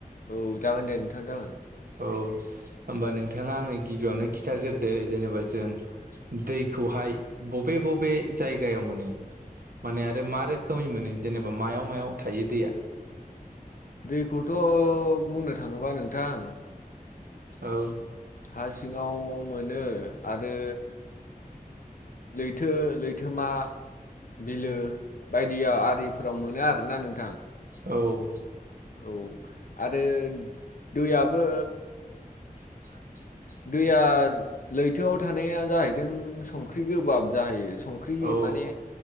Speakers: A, on the left; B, on the right.
A: औ जागोन दे नोंथां जागोन।
B: औ होमबा नोंथाङा आंनो गिबियावनो खिन्थाग्रो दो जेनेबा जों दैखौहाय बबे बबे जायगायाव मोनो माने आरो मा रोखोमै मोनो जेनेबा मायाव मायाव थायो दैया?
A: दैखौथ' बुंनो थाङोबा नोंथां
B: औ
A: हा सिङाव मोनो आरो लैथो लैथोमा बिलो बायदियाव आरिफोराव मोनो आरोना नोंथां।
B: औ
A: औ आरो दैयाबो
B: <inaudible>
A: दैया लैथोआव थानाया जाहैदों संख्रि गोबाब जाहैयो सं ख्रि
B: औ
A: माने
B: औ